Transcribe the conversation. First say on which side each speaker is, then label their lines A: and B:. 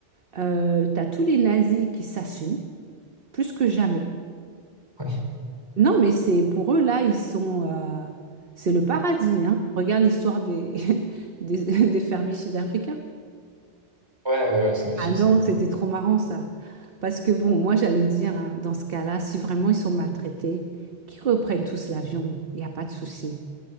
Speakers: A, on the right; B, on the right.
A: tu as tous les nazis qui s'assument, plus que jamais.
B: <laughs>
A: Non, mais c'est pour eux, là, ils sont. euh, c'est le paradis, hein. Regarde l'histoire des, <laughs> des, des fermiers sud-africains.
B: Ouais, ouais, ouais, ça aussi.
A: Ah non,
B: ça.
A: c'était trop marrant, ça. Parce que, bon, moi, j'allais dire, hein, dans ce cas-là, si vraiment ils sont maltraités, qu'ils reprennent tous l'avion. Il n'y a pas de souci.